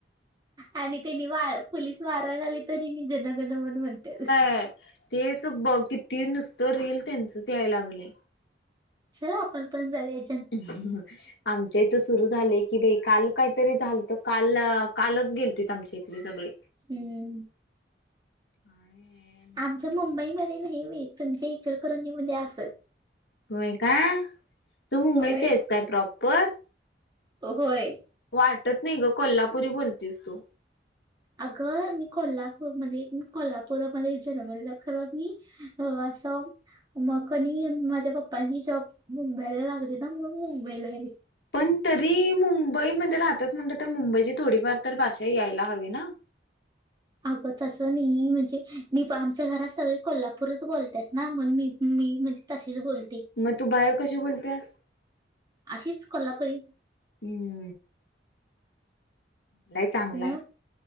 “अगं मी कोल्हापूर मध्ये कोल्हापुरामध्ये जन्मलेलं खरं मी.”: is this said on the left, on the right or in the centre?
Right